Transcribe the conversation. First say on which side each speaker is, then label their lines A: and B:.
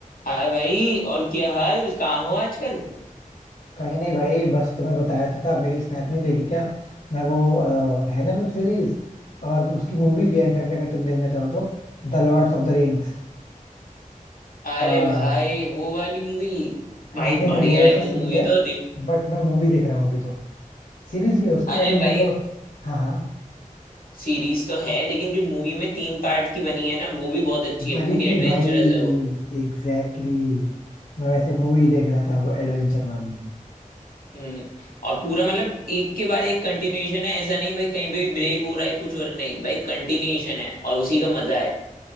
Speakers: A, on the left; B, on the left.
A: हाय भाई और क्या हाल कहाँ हो आजकल
B: कहीं नहीं भाई बस तुम्हें बताया तो था मेरी स्नैप नहीं देखी क्या मैं वो अ, है ना वेब सीरीज और उसकी मूवी भी है इनफैक्ट अगर तुम देखना चाहो तो The lords of the rings
A: अरे
B: और
A: भाई वो वाली मूवी भाई
B: हाँ नहीं ना
A: बढ़िया
B: वो
A: है
B: ऐसे सीरीज
A: वो मूवी
B: है
A: तो रि-
B: बट मैं मूवी देख रहा हूँ अभी तो सीरीज भी है उसकी
A: अरे
B: मैंने मतलब
A: भाई
B: हाँ हाँ
A: सीरीज तो है लेकिन जो मूवी में तीन पार्ट की बनी है ना वो भी बहुत अच्छी है
B: वही
A: पूरी
B: की
A: एडवेंचरस
B: भाई
A: है वो
B: Exactly exactly. मैं वैसे मूवी देख रहा था वो एडवेंचर वाली
A: हम्म और पूरा मतलब एक के बाद एक कंटिन्यूएशन है ऐसा नहीं भाई कहीं पे भी ब्रेक हो रहा है कुछ हो रहा है नहीं भाई कंटिन्यूएशन है और उसी का मजा है